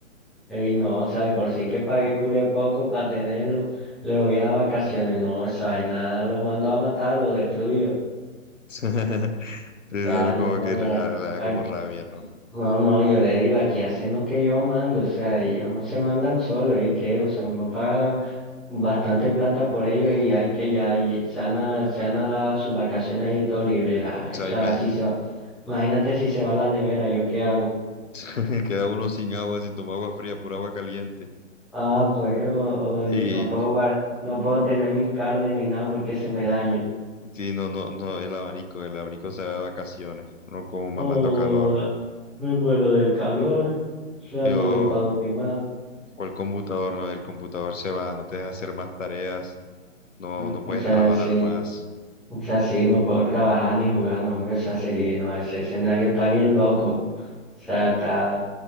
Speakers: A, in the centre; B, on the left.
A: Ey, no, o sea, de por sí que pagué cule poco para tenerlo, le voy a vacaciones, no, esa vaina lo mando a matar, lo destruyo. O
B: <laughs> Sí, pero
A: sea, no,
B: como que le da,
A: eh,
B: le da
A: ah,
B: como rabia, ¿no? O
A: no, no, yo le digo, aquí hacen lo que yo mando, o sea, ellos no se mandan solo, ¿y qué? O sea, uno paga bastante plata por ellos y hay que ya, y se han, a, se han a dar sus vacaciones ahí todo libre. ay,
B: sea,
A: o sea,
B: ima-
A: si se va, imagínate si se va a la nevera, ¿yo qué hago?
B: <laughs> queda uno sin agua, sin tomar agua fría, por agua caliente.
A: Ah, pues, o- o
B: Y,
A: no puedo guardar no puedo tener mis carnes ni nada porque se me dañen.
B: y no, no, no, el abanico, el abanico se da de vacaciones, uno como mamando
A: Joda,
B: calor.
A: me muero del calor. O sea,
B: Y,
A: no
B: o,
A: doy para dormir más.
B: o el computador, ¿no? El computador se va, no te deja hacer más tareas, no,
A: Mm,
B: no puedes
A: O sea,
B: trabajar
A: sí.
B: más.
A: O sea, sí, no puedo trabajar ni jugar, no, hombre. O sea, sería, no, ese escenario está bien loco. O sea, está,